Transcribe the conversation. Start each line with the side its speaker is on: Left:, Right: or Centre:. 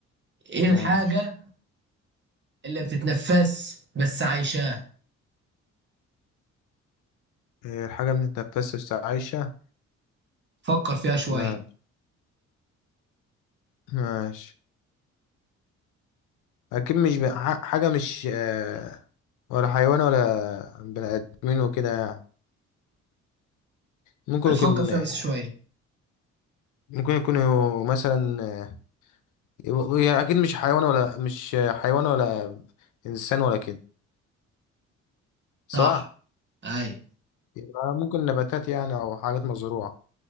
Right: إيه الحاجة
Left: ماشي
Right: اللي بتتنفس بس عايشاه
Left: آه، الحاجة بنتنفسها بس عايشة
Right: فكر فيها شوية
Left: ماشي ماشي أكيد مش ب... ح- حاجة مش آه، ولا حيوان ولا بني آدمين وكده يعني ممكن يكون
Right: فكر فيها
Left: آه،
Right: بس شوية
Left: ممكن يكون مثلا آه، يبقى- هي أكيد مش حيوان ولا مش آه، حيوان ولا إنسان ولا كده صح؟
Right: صح اي
Left: يبقى ممكن نباتات يعني أو حاجات مزروعة